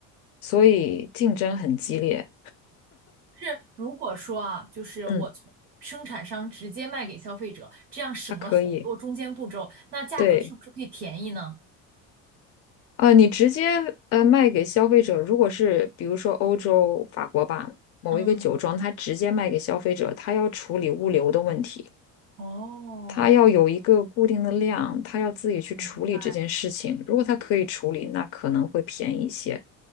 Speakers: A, on the left; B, on the right.
A: 所以竞争很激烈。
B: 是如果说啊，就是我从生产商直接卖给消费者，
A: 嗯，
B: 这样省了很多中间步骤，
A: 它可以，
B: 那价格是不是可以便宜呢？
A: 对。啊，你直接呃卖给消费者，如果是比如说欧洲法国吧，某一个酒庄，
B: 嗯，
A: 它直接卖给消费者，他要处理物流的问题，
B: 哦，
A: 他要有一个固定的量，他要自己去处理这件事情。
B: 明白。
A: 如果他可以处理，那可能会便宜一些。